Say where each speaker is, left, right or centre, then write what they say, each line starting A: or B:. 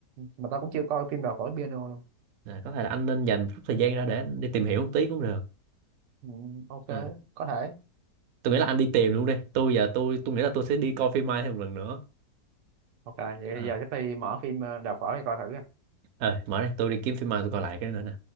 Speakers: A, on the right; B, on the right.
A: mà tao cũng chưa coi phim đào phở piano luôn
B: là có thể là anh nên dành chút thời gian ra để anh đi tìm hiểu một tí cũng được
A: ừ. ok
B: Ờ,
A: có thể
B: tôi nghĩ là anh đi tìm luôn đi tôi giờ tôi tôi nghĩ là tôi sẽ đi coi phim mai thêm một lần nữa
A: ok vậy
B: Ờ,
A: bây giờ chắc đi mở phim ờ, đào phở đi coi thử à.
B: ờ, mở đây tôi đi kiếm phim mai tôi coi lại cái nữa nè